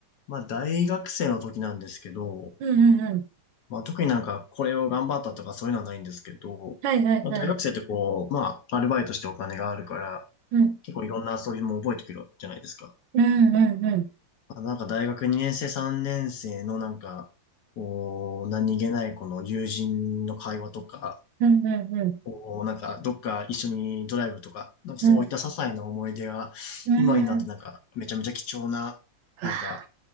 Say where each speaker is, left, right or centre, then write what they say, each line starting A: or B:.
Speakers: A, on the left; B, on the right.
A: まあ、大学生の時なんですけど、
B: うん、うん、うん。
A: まあ、特になんかこれを頑張ったとかそういうのはないんですけど、
B: はい、はい、
A: まあ、
B: はい。
A: 大学生ってこう、まあ、アルバイトしてお金があるから、
B: うん、
A: 結構いろんな遊びも覚えてくるじゃないですか。
B: うん、うん、うん。
A: まあ、なんか大学2年生、3年生のなんか、こう、何気ないこの友人の会話とか、
B: うん、うん、うん。
A: こう、なんかどっか一緒にドライブとか、なんかそういった些細な思い出が、
B: うん、うん。
A: 今になってなんかめちゃめちゃ貴重な、
B: うわ
A: なんか